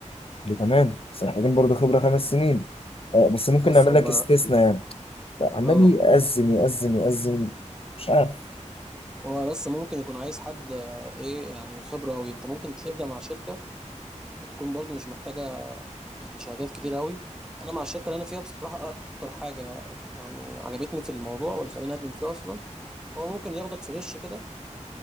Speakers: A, on the left; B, in the centre.
A: قال لي تمام بس محتاجين برضه خبره خمس سنين آه بس ممكن
B: بص
A: نعمل
B: هو
A: لك استثناء يعني عمال
B: اه
A: يأذن يأذن يأذن مش عارف
B: هو بس ممكن يكون عايز حد آه، ايه يعني خبره قوي انت ممكن تبدا مع شركه بتكون برضو مش محتاجه يعني شهادات كتير قوي انا مع الشركه اللي انا فيها بصراحه اكتر حاجه يعني عجبتني في الموضوع واللي خلاني اقدم فيه اصلا هو ممكن ياخدك فريش كده